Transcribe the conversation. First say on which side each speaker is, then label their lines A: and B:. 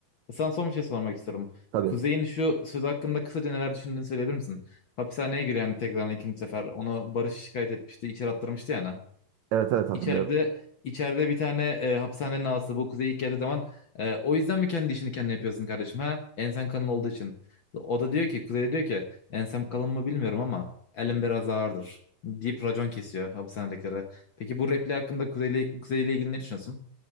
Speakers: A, on the left (about 60°); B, on the right (about 80°).
A: Sana son bir şey sormak istiyorum.
B: Tabii.
A: Kuzey'in şu söz hakkında kısaca neler düşündüğünü söyleyebilir misin? Hapishaneye giren tekrar ikinci sefer onu Barış şikayet etmişti, içeri attırmıştı yani.
B: Evet evet hatırlıyorum.
A: İçeride içeride bir tane e, hapishanenin ağası bu Kuzey ilk geldiği zaman e, o yüzden mi kendi işini kendi yapıyorsun kardeşim ha? Ensen kalın olduğu için. O da diyor ki Kuzey de diyor ki ensem kalın mı bilmiyorum ama elim biraz ağırdır deyip racon kesiyor hapishanedekilere. Peki bu repli hakkında Kuzey'le Kuzey'le ilgili ne düşünüyorsun?